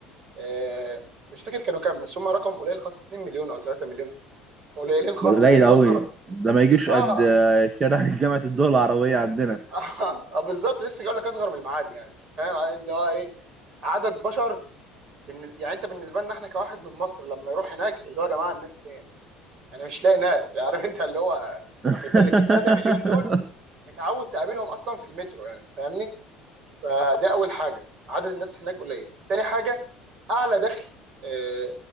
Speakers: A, on the right; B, on the right.
A: آه مش فاكر كانوا كام بس هم رقم قليل خالص 2 مليون او 3 مليون قليلين خالص
B: ده قليل
A: يعني
B: قوي
A: اصغر
B: ده ما يجيش
A: اه
B: قد آه، شارع <laughs> جامعة الدول العربية عندنا
A: <laughs> اه آه، بالظبط لسه جاي لك اصغر من المعادي يعني فاهم يعني اللي هو ايه عدد بشر بالن- يعني انت بالنسبه لنا احنا كواحد من مصر لما يروح هناك اللي هو يا جماعه الناس فين؟ انا مش لاقي ناس يعني عارف انت اللي هو
B: <laughs>
A: انت الاثنين 3 مليون دول متعود تقابلهم اصلا في المترو يعني فاهمني؟ فده اول حاجه عدد الناس هناك قليل. تاني حاجه اعلى دخل آه،